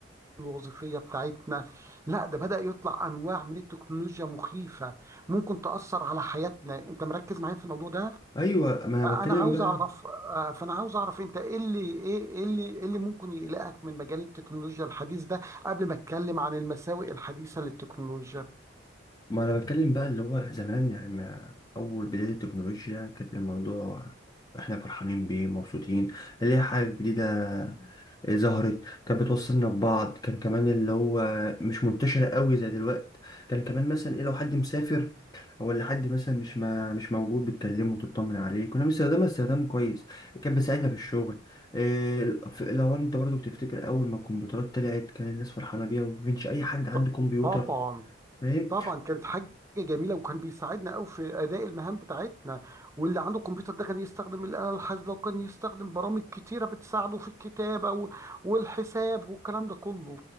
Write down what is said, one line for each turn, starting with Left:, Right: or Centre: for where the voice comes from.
Right: الوظيفية بتاعتنا لا ده بدأ يطلع أنواع من التكنولوجيا مخيفة ممكن تأثر على حياتنا أنت مركز معايا في الموضوع ده
Left: ايوه ما
Right: فأنا
Left: انا بتكلم
Right: عاوز
Left: بقى
Right: أعرف آه، فأنا عاوز أعرف أنت إيه اللي إيه إيه اللي إيه اللي ممكن يقلقك من مجال التكنولوجيا الحديث ده قبل ما أتكلم عن المساوئ الحديثة للتكنولوجيا
Left: ما انا بتكلم بقى اللي هو زمان يعني ما اول بداية التكنولوجيا كانت الموضوع احنا فرحانين بيه مبسوطين اللي هي حاجة جديدة ظهرت كانت بتوصلنا ببعض كان كمان اللي هو مش منتشرة قوي زي دلوقتي كان كمان مثلا ايه لو حد مسافر او اللي حد مثلا مش ما مش موجود بتكلمه وتطمن عليه كنا بنستخدمها استخدام كويس كان بيساعدنا في الشغل إيه ف- لو انت برضو بتفتكر اول ما الكمبيوترات طلعت كان الناس فرحانة بيها وما كانش اي حد عنده
Right: ط-
Left: كمبيوتر
Right: طبعا
Left: فاهم
Right: طبعا كانت حاجه جميله وكان بيساعدنا قوي في اداء المهام بتاعتنا واللي عنده كمبيوتر ده كان يستخدم الاله الحاسبه وكان يستخدم برامج كتيره بتساعده في الكتابه و- والحساب والكلام ده كله